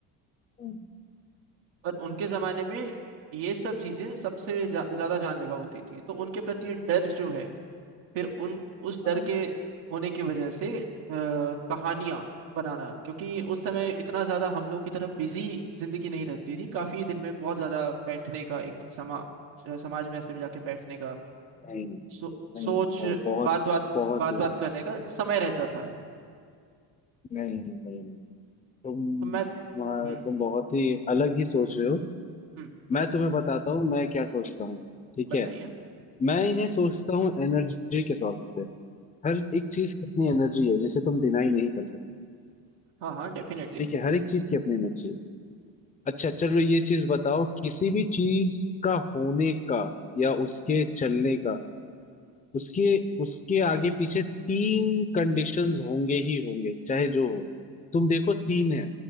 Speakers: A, on the left (about 15°); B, on the right (about 85°).
A: हम्म।
B: पर उनके जमाने में ये सब चीजें सबसे ज्या- ज्यादा जानलेवा होती थी तो उनके प्रति डर जो है फिर उन उस
A: और
B: डर के होने की वजह से आ, कहानियाँ बनाना क्योंकि उस समय इतना ज़्यादा हम लोग की तरह बिजी जिंदगी नहीं रहती थी काफ़ी दिन में बहुत ज़्यादा बैठने का एक समा समाज में ऐसे भी जाके बैठने का
A: नहीं
B: सो, सोच
A: नहीं और बहुत
B: बात बात
A: बहुत
B: बात
A: ही
B: बात करने का समय रहता था
A: नहीं नहीं तुम
B: तो मैं
A: तुम्हारा-
B: हम्म
A: तुम बहुत ही अलग ही सोच रहे हो
B: हम्म
A: मैं तुम्हें बताता हूँ मैं क्या सोचता हूँ ठीक
B: बताइए
A: है मैं इन्हें सोचता हूँ एनर्जी के तौर पे हर एक चीज की अपनी एनर्जी है जिसे तुम डिनाई नहीं कर सकते
B: हाँ हाँ डेफिनेटली
A: ठीक है हर एक चीज की अपनी एनर्जी है अच्छा चलो ये चीज बताओ किसी भी चीज का होने का या उसके चलने का उसके उसके आगे पीछे तीन कंडीशंस होंगे ही होंगे चाहे जो हो तुम देखो तीन है